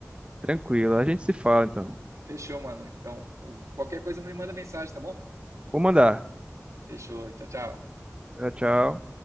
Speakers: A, on the right (about 20°); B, on the right (about 65°).
A: Tranquilo. A gente se fala então.
B: Fechou, mano. Então, eu- qualquer coisa me manda mensagem, tá bom?
A: Vou mandar.
B: Fechou. Tchau, tchau.
A: Tchau, tchau.